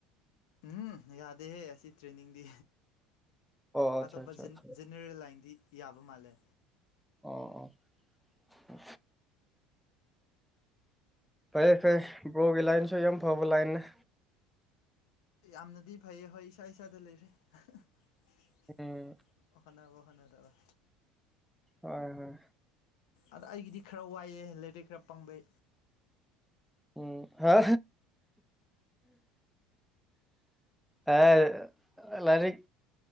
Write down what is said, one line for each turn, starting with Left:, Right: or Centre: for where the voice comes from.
Left: ꯎꯝ ꯌꯥꯗꯦꯍꯦ ꯑꯁꯤ ꯇ꯭ꯔꯦꯟꯅꯤꯡꯗꯤ꯫
Centre: ꯑꯣ ꯑꯠꯆꯥ
Left: ꯑꯇꯣꯞꯄ
Centre: ꯑꯠꯆꯥ ꯑꯆꯥ
Left: ꯖꯤꯦꯅꯦꯔꯦꯜ ꯂꯥꯏꯟꯗꯤ ꯌꯥꯕ ꯃꯥꯜꯂꯦ꯫
Centre: ꯑꯣ ꯑꯣ ꯑ ꯐꯩꯦ ꯐꯩ ꯕ꯭ꯔꯣꯒꯤ ꯂꯥꯏꯟꯁꯨ ꯌꯥꯝ ꯐꯕ ꯂꯥꯏꯅꯦ꯫
Left: ꯌꯥꯝꯅꯗꯤ ꯐꯩ ꯍꯣꯏ ꯏꯁꯥ ꯏꯁꯥꯗ ꯂꯩ꯫ ꯑꯣꯈꯅꯕꯣ
Centre: ꯎꯝ
Left: ꯍꯅ ꯗꯕ
Centre: ꯍꯣꯏ ꯍꯣꯏ
Left: ꯑꯗ ꯑꯩꯒꯤꯗꯤ ꯈꯔ ꯋꯥꯏꯑꯦ ꯂꯥꯏꯔꯤꯛ ꯈꯔ ꯄꯥꯕꯩ
Centre: ꯎꯝ ꯍꯥ ꯑ ꯂꯔꯤꯛ